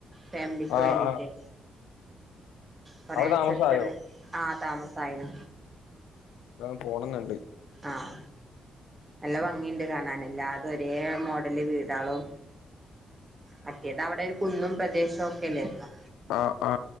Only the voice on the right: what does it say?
ഫാമിലിക്ക
വേണ്ടിട്ട്
കൊറെച്ചരിച്ചര്
ആ താമസായിന
ആഹ നല്ല ഭംഗിയുണ്ട് കാണാന് എല്ലാ ഒരേ മോഡല് വീടാളും മറ്റേത അവിടെ ഒരു കുന്നും പ്രദേശവും ഒക്കെല്ലായിുന്നോ